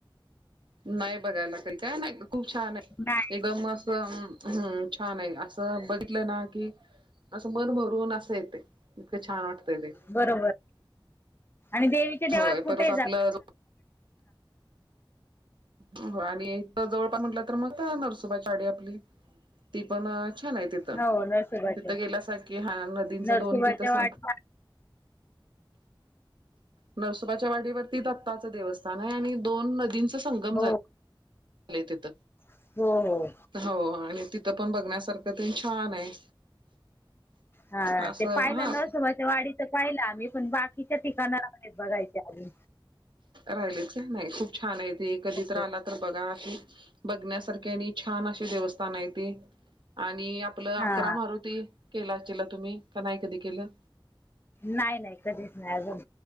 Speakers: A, on the right; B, on the left.
A: नाही बघायला तरी काय नाही खूप छान आहे
B: नाही
A: एकदम म हम् छान आहे असं बघितलं ना की. असं मन भरून असं येते इतकं छान वाटतय ते.
B: बरोबर आणि देवीच्या देवळात
A: होय
B: कुठे
A: परत आपलं
B: जा.
A: हो आणि तर जवळपास म्हटलं तर मग नरसुबाची वाडी आपली. ती पण छान आहे तिथं.
B: हो नरसोबाच्या
A: तिथं गेल्या स की हा नदींचं
B: नरसोबाच्या
A: दोन तिथं
B: वाडीला
A: स. नरसोबाच्या वाडीवरती दत्ताच देवस्थान आहे आणि दोन नदी संगम
B: हो
A: झा तिथ
B: हो हो.
A: हो आणि त. तर पण बघण्यासारखं ते छान आहे.
B: हा
A: असं
B: ते पाहिलं
A: हा
B: नरसोबाच्या वाडी तर पाहिला आम्ही पण बाकी तिच्या ठिकाणा बघायचे आ.
A: राहिलेच का नाही खूप छान आहे ते कधी तर
B: हो
A: आला तर बघा आहे. बघण्यासारखे आणि छान असे देवस्थान आहे ते आणि आपलं
B: हां
A: अकरा मारुती. केला असला तुम्ही का नाही कधी केलं.
B: नाही नाही कधीच नाही अजून.